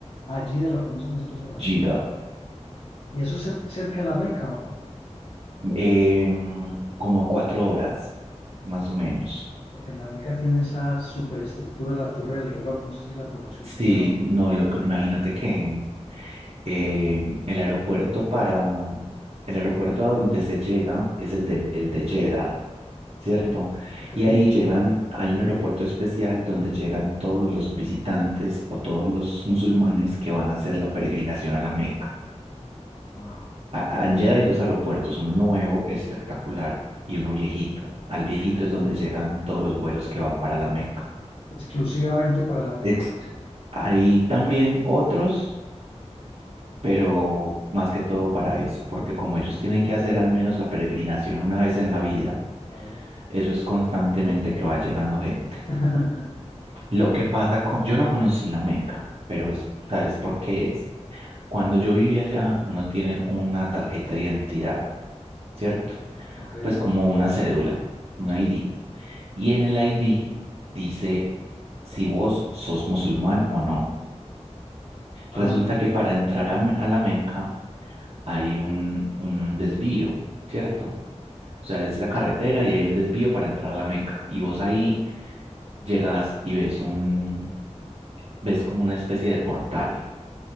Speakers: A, on the left (about 55°); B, on the right (about 60°).
A: allí de la pronuncian así los árabes.
B: Jeddah.
A: ¿Y eso es cer- cerca de la Meca o no?
B: Em, como a cuatro horas, más o menos.
A: Porque la Meca tiene esa superestructura de la Torre del Reloj, no sé si la conoce
B: Sí,
A: usted, hombre.
B: no, lo, que- imagínate que Eh, el aeropuerto para el aeropuerto a donde se llega es el de, el de Jeddah, ¿cierto?
A: Ok.
B: Y ahí llegan, hay un aeropuerto especial donde llegan todos los visitantes o todos los musulmanes que van a hacer la peregrinación a la Meca.
A: Wow,
B: A- a- En Jeddah hay dos aeropuertos, uno nuevo, espectacular, y uno viejito. Al viejito
A: ok.
B: es donde llegan todos los vuelos que van para la Meca.
A: Exclusivamente para la Meca,
B: Ex- hay también otros. pero más que todo para eso, porque como ellos tienen que hacer al menos la peregrinación una vez en la vida,
A: claro.
B: eso es constantemente que va llegando gente.
A: <laughs>
B: Lo que pasa con, yo no conocí la Meca, pero es, ¿sabes por qué es? Cuando yo vivía allá, uno tiene una tarjeta de identidad, ¿cierto?
A: Ok,
B: Pues como una cédula, un ID. Y en el ID dice si vos sos musulmán o no.
A: ah,
B: Resulta que para entrar a, Me- a la Meca hay un, un desvío, ¿cierto? O sea, es la carretera y hay un desvío para entrar a la Meca. Y vos
A: ok,
B: ahí llegas y ves un, ves como una especie de portal,